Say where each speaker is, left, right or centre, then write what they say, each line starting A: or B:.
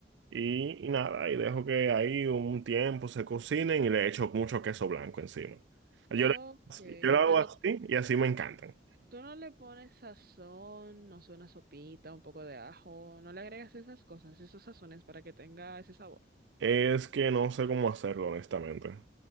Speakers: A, on the right; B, on the right.
A: Y, y nada, y dejo que ahí un tiempo se cocinen y le echo mucho queso blanco encima. Yo,
B: Ok,
A: le- yo lo hago
B: pero
A: así y así me encantan.
B: tú no le pones sazón, no sé, una sopita, un poco de ajo, no le agregas esas cosas, esos sazones para que tenga ese sabor.
A: Es que no sé cómo hacerlo, honestamente.